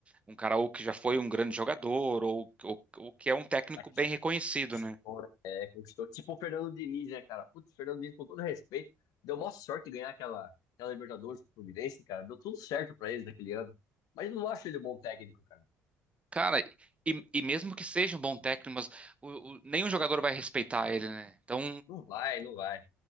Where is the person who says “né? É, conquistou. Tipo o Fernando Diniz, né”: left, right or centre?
Left